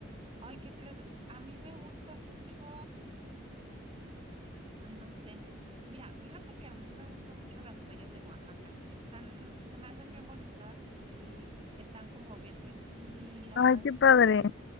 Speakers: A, on the right; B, on the left.
A: ay, ¿qué crees? A mí me gusta mucho, ay, no sé. Mira, fíjate que a mí me gustan mucho las playas de Oaxaca. Están, se me hacen bien bonitas y están como bien tranquilas,
B: Ay, qué
A: están
B: padre.
A: ahí